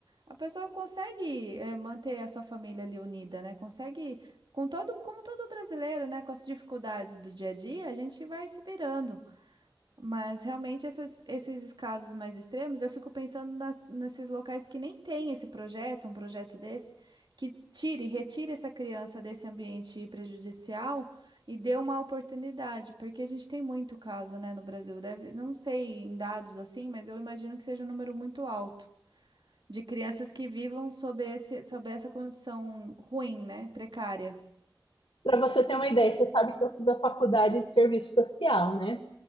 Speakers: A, on the right (about 60°); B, on the left (about 85°).
A: a pessoa consegue, eh, manter a sua família ali unida, né, consegue, com todo, como todo brasileiro, né, com as dificuldades do dia a dia, a gente vai se virando. Mas realmente essas- esses casos mais extremos, eu fico pensando nas- nesses locais que nem tem esse projeto, um projeto desse, que tire, retire essa criança desse ambiente prejudicial e dê uma oportunidade, porque a gente tem muito caso, né, no Brasil. Deve, não sei em dados assim, mas eu imagino que seja um número muito alto de crianças que vivam sob esse, sob essa condição ruim, né, precária.
B: Para você ter uma ideia, você sabe que eu fiz a faculdade de serviço social, né?